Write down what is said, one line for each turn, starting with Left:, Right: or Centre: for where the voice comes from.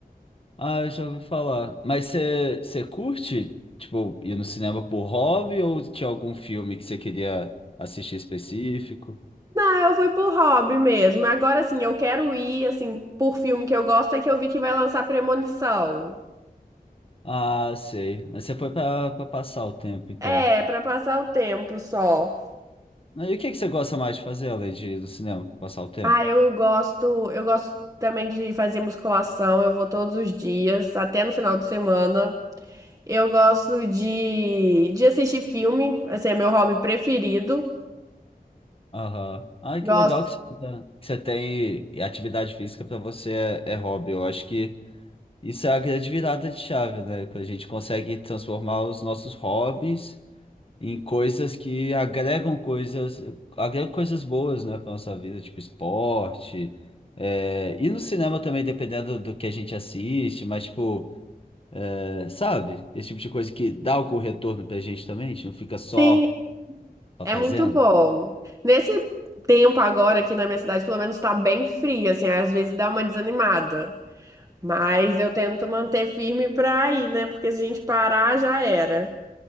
Left: Ah, eu já ouvi falar. Mas você você curte, tipo, ir no cinema por hobby ou tinha algum filme que você queria assistir específico?
Right: Não, eu fui por hobby mesmo. Agora, assim, eu quero ir, assim, por filme que eu gosto, é que eu vi que vai lançar Premonição.
Left: Ah, sei. Mas você foi pra, pra passar o tempo, então.
Right: É, pra passar o tempo só.
Left: E o que que você gosta mais de fazer além de ir no cinema, passar o tempo?
Right: Ah, eu gosto, eu gosto também de fazer musculação, eu vou todos os dias, até no final de semana. Eu gosto de, de assistir filme, assim, é meu hobby preferido.
Left: Aham. Ai,
Right: Gosto,
Left: que legal que você, tá- que você tem e atividade física pra você é, é hobby. Eu acho que isso é a grande virada de chave, né? Que a gente consegue transformar os nossos hobbies. em coisas que agregam coisas, agregam coisas boas, né, para nossa vida, tipo esporte. é, e no cinema também, dependendo do que a gente assiste, mas tipo, é, sabe? Esse tipo de coisa que dá algum retorno pra gente também, a gente não fica só,
Right: sim,
Left: só
Right: é
Left: fazendo.
Right: muito bom. Nesse tempo agora aqui na minha cidade, pelo menos tá bem frio, assim, às vezes dá uma desanimada. Mas eu tento manter firme pra ir, né? Porque se a gente parar, já era.